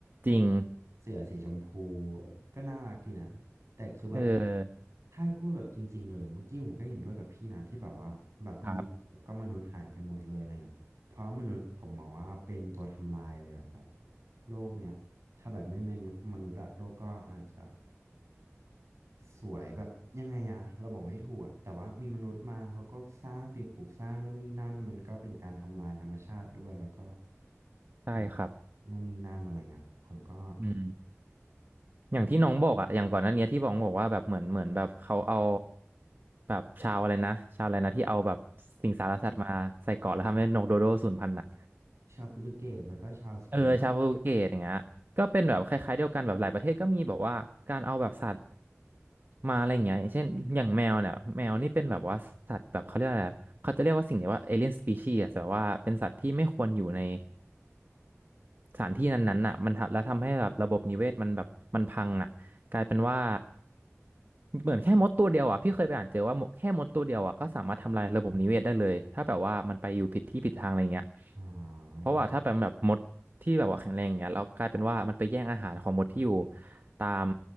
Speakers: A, on the right; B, on the right.
A: จริง
B: ก็แบบเสือสีชมพูก็น่ารักดีนะแต่คือแบบ
A: เออ
B: ถ้าให้พูดแบบจริงๆเลยเมื่อกี้ผมก็เห็นด้วยกับพี่นะที่แบบว่าแบบดีแล้วก็มนุษย์หายไปหมดเลยอะไรเงี้ยเพราะมนุษย์ผมมองว่าเป็นตัวทำลายเลยอะแบบ
A: ครับ
B: โลกเนี่ยถ้าแบบไม่มีมนุษย์อะโลกก็อาจจะสวยแบบยังไงอะเราบอกไม่ถูกอะแต่ว่ามีมนุษย์มาเขาก็สร้างสิ่งปลูกสร้างนู่นนี่นั่นมันก็เป็นการทำลายธรรมชาติด้วยแล้วก็
A: ใช่ครับ
B: มันนู่นนี่นั่นอะไรเงี้ยผมก็
A: อืม อย่างที่น้องบอกอะอย่างก่อนหน้านี้ที่บอกบอกว่าแบบเหมือนเหมือนแบบเขาเอาแบบชาวอะไรนะชาวอะไรนะที่เอาแบบสิงสารสัตว์มาใส่เกาะแล้วทำให้นกโดโดสูญพันธุ์อะ
B: ชาวโปรตุเกสแล้วก็ชาวสเปน
A: เออชาวโปรตุเกสอย่างเงี้ยก็เป็นแบบคล้ายๆเดียวกันแบบหลายประเทศก็มีแบบว่าการเอาแบบสัตว์มาอะไรอย่างเงี้ยอย่างเช่นอย่างแมวเนี่ยแมวนี่เป็นแบบว่าสัตว์แบบเขาเรียกอะไรอะเขาจะเรียกว่าสิ่งเนี้ยว่าเอเลียนสปีชีส์แต่ว่าเป็นสัตว์ที่ไม่ควรอยู่ใน สถานที่นั้นๆน่ะมันทำแล้วทำให้แบบระบบนิเวศมันแบบมันพังอ่ะกลายเป็นว่าเหมือนแค่มดตัวเดียวอ่ะพี่เคยไปอ่านเจอว่าหมดแค่มดตัวเดียวอ่ะก็สามารถทำลายระบบนิเวศได้เลยถ้าแบบว่ามันไปอยู่ผิดที่ผิดทางอะไรเงี้ย
B: อ๋อ
A: เพราะว่าถ้าเป็นแบบมดที่แบบว่าแข็งแรงเงี้ยแล้วกลายเป็นว่ามันไปแย่งอาหารของมดที่อยู่ ตาม